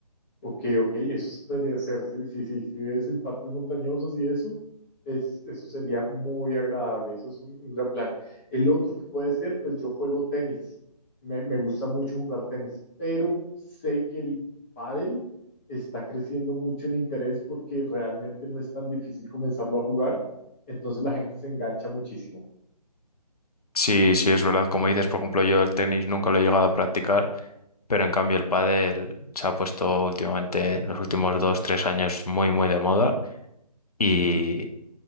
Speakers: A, on the left; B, on the left.
A: Ok, ok, eso sí podría ser, sí, sí, sí, si ves en partes montañosas y eso, es, eso sería muy agradable, eso es un, un gran plan. El otro que puede ser, pues yo juego tenis, me, me gusta mucho jugar tenis, pero sé que el pádel está creciendo mucho en interés porque realmente no es tan difícil comenzarlo a jugar, entonces la gente se engancha muchísimo.
B: Sí, sí, es verdad, como dices, por ejemplo, yo el tenis nunca lo he llegado a practicar, pero en cambio el pádel se ha puesto últimamente, en los últimos dos, tres años, muy, muy de moda y,